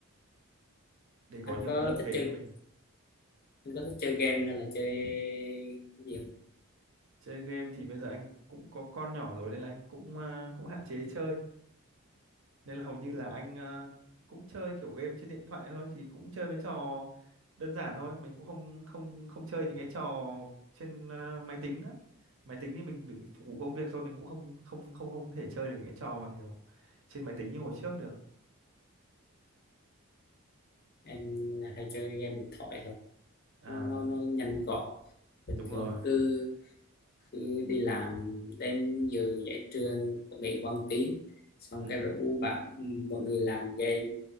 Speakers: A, on the right; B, on the left.
A: để có
B: anh
A: nhiều
B: có
A: cái lợi
B: thích
A: thế
B: chơi
A: cho mình
B: anh có thích chơi game hay là chơi cái gì không
A: chơi game thì bây giờ anh cũng có con nhỏ rồi nên là anh cũng à, cũng hạn chế chơi nên là hầu như là anh à, cũng chơi kiểu game trên điện thoại thôi thì cũng chơi mấy trò đơn giản thôi mình cũng không không không chơi những cái trò trên à, máy tính nữa máy tính thì mình để phục vụ công việc thôi mình cũng không không không không thể chơi được những cái trò mà kiểu trên máy tính như hồi trước được
B: em hay chơi game điện thoại thôi
A: à
B: nó nó nó nhanh gọn bình
A: đúng rồi
B: thường cứ, cứ đi làm đến giờ giải trưa nghỉ quăng tiếng xong
A: ừ
B: cái rủ bạn ừ, mọi người làm game